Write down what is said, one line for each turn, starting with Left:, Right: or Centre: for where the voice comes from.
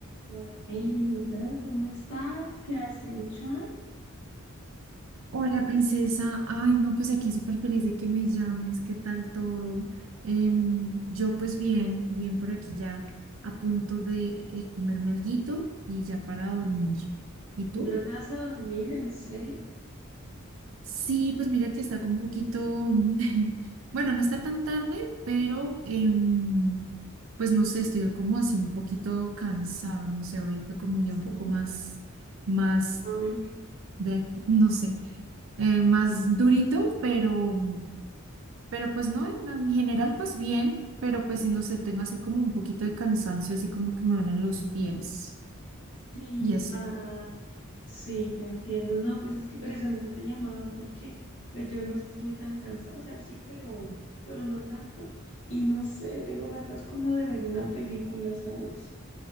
Left: Hola, amiguita, ¿cómo estás? ¿Qué has hecho?
Right: Hola, princesa. Ay, no, pues aquí súper feliz de que me llames. ¿Qué tal todo? Em, yo pues bien, bien por aquí ya a punto de eh, comerme alguito y ya para dormir. ¿Y tú?
Left: ¿Ya te vas a dormir? ¿En serio?
Right: Sí, pues mira que está como un poquito, <laughs> bueno, no está tan tarde, pero em, pues no sé, estoy como así un poquito cansada, no sé, hoy fue como un día un poco
Left: Sí.
Right: más, más
Left: Ay,
Right: de, no sé, eh, más durito, pero... Pero pues no, en, en general pues bien, pero pues si no sé, tengo así como un poquito de cansancio, así como que me duelen los pies
Left: Sí,
Right: y eso.
Left: ah, sí, te entiendo. No, pues es que precisamente te llamaba porque pues yo no estoy tan cansada, o sea, sí, pero, pero no tanto. Y no sé, tengo ganas como de ver una película, ¿sabes?